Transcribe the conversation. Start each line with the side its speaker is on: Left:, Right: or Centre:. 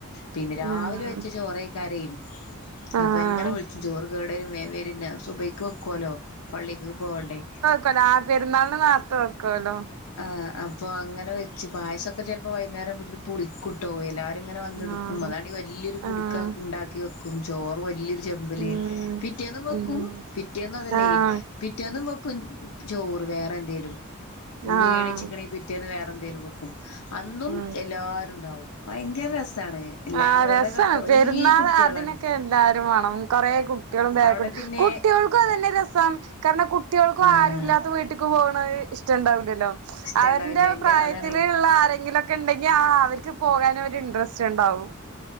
Left: പിന്നെ രാവിലെ
Right: ആഹ് ആഹ്
Left: വെച്ച ചോറേക്കാരം.
Right: ആഹ്
Left: അപ്പോ ഇ ങ്ങനെ വിളിച്ചും ചോറ് കേടരും വേഗം വരിന്ന സുബയ്ക്ക് വെക്കുവല്ലോ. പള്ളിക്ക്ക്കൊക്കെ പോവണ്ടേ.
Right: ക്കതാ പെര്ന്നാൾന് ന്നേർത്തെ വെക്കോലോ.
Left: ആഹ് അപ്പൊ അങ്ങനെ വെച്ച് പായസൊക്കെ ചെലപ്പോ വൈന്നേരാവുമ്പത്തിനും പുളി കുട്ടോവേല എല്ലാരും ഇങ്ങനെ വന്ന്ട്ക്കും
Right: ആഹ്
Left: അതാണെങ്കി വല്ല്യൊരു കുടുക്ക
Right: ആഹ്
Left: ഇണ്ടാക്കി വെക്കും. ചോറ് വല്യൊരു ചെമ്പില്
Right: ഉം
Left: പിറ്റേന്നും വെക്കും.
Right: ഉം
Left: പിറ്റേന്ന് അതെല്ലേയ്
Right: ആഹ്
Left: പിറ്റേന്നും വെക്കും ചോറ് വേറെ എന്തേലും.
Right: ആഹ്
Left: ബിരിയാണി ചിക്കണി പിറ്റേന്ന് വേറെന്തേലും വെക്കും അന്നും
Right: ഉം
Left: എല്ലാ ഉണ്ടാവും ഭയങ്കര രസാണ്. എല്ലാ
Right: ആഹ്
Left: അവിടെക്കെ
Right: രസാണ്
Left: കൊറേ
Right: പെരുന്നാള്
Left: കുട്ടികളാണ്
Right: അതിനൊക്കെ എല്ലാരും വേണം കൊറെ കുട്ട്യേളും ബാഗൊക്ക്‌ട്
Left: അവിടെ
Right: കുട്ട്
Left: പിന്നെ
Right: കുട്ട്യേൾക്കും അത് തനെ രെസം കാരണം കുട്ട്യേൾക്കും
Left: ഏഹ്
Right: ആരും ഇല്ലാത്ത വീട്ട് ക്ക് പോവ്ണത് ഇഷ്ട്ടണ്ടാവില്ലലൊ
Left: ഇഷ്ടണ്ടാവില്ല
Right: അവര്ന്റെ
Left: അയിന്റെ
Right: പ്രായത്തില്ള്ള
Left: അതാണ്
Right: ആരെങ്കിലൊക്കെ ഇണ്ടെങ്കി ആ അവര്ക്ക് പോവാനൊര് ഇൻട്രെസ്റ്റ്ണ്ടാവും.